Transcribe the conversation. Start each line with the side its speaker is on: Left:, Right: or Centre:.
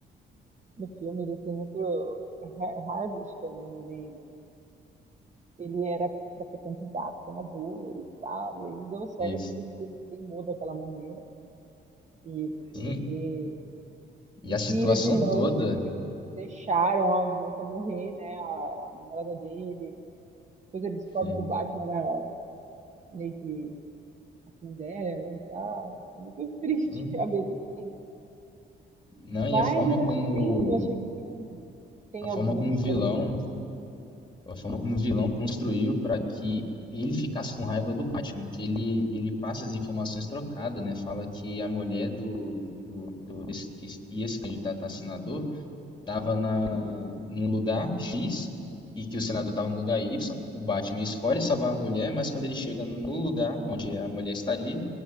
Right: no filme, ele tem outro. É Har- Harvest, que é o nome dele. Ele era para ser candidato, senador e tal, e aí não deu certo
Left: isso.
Right: porque ele teimou daquela maneira. E, e
Left: Sim,
Right: porque.
Left: e
Right: Enfim,
Left: a situação
Right: ele é vilão,
Left: toda,
Right: porque deixaram a moça morrer, né? A, a namorada dele. Depois ele descobre
Left: sim,
Right: que o Batman era meio que assim dela e tal. É muito triste,
Left: sim.
Right: <laughs> ao mesmo tempo.
Left: Não,
Right: Mas
Left: e a forma como
Right: achei bem, achei que tem, tem
Left: a forma
Right: algumas
Left: como
Right: histórias
Left: o vilão,
Right: muito emocionantes.
Left: a forma como o vilão construiu para que ele ficasse com raiva do Batman, que ele ele passa as informações trocadas, né? Fala que a mulher do, do, do desse, que ia se candidatar a senador estava na, num lugar X e que o senador estava no lugar Y. O Batman escolhe salvar a mulher, mas quando ele chega no lugar onde a mulher estaria,